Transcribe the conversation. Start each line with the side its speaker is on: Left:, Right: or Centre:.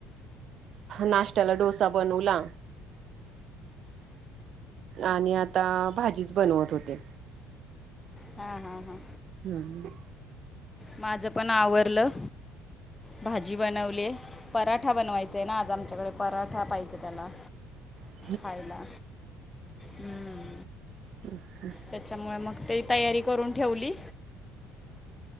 Right: नाश्त्याला डोसा बनवला. आणि आता, भाजीच बनवत होते.
Left: हा हा हा.
Right: हम्म.
Left: माझं पण आवरलं. भाजी बनवली. पराठा बनवायचाय ना? आज आमच्याकडे पराठा पाहिजे त्याला.
Right: ह <inaudible>
Left: खायला हम्म.
Right: हम् हम्.
Left: त्याच्यामुळे मग ते तयारी करून ठेवली.